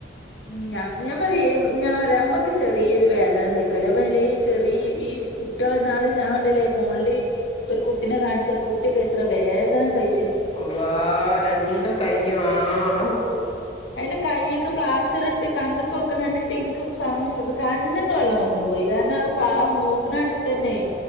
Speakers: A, on the left (about 80°); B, on the left (about 35°).
A: ഉം ഞാ ഞാൻ പറയേ ഞാൻ പറയാ അമ്മക്ക് ചെറിയൊരു വേദന സഹിക്കാല്ല അപ്പൊ ല്ലേ ഈ ചെറിയ ഈ കു കുട്ട്യളെ ഇന്നാള് ഞാ കണ്ട്ല്ലേ ഫോണില് ഒരു കുട്ടിനെ കാണിച്ച് ആ കുട്ടിയൊക്കെ എത്ര വേദന സഹി
B: അള്ളാ രണ്ട് കൈയ്യും ആഹ് ഹൗ
A: അയിന്റെ കൈയൊക്കെ പ്ലാസ്റ്റർ ഇട്ടിട്ട് കണ്ണ്ക്ക് കൊക്കണ കണ്ടിട്ട് എനിക്ക് സങ്ക കണ്ണിന്ന് വെള്ളം വന്ന് <unintelligible> പോയി കാരണം അത് പാവം നോക്കണ കണ്ടിട്ടന്നെ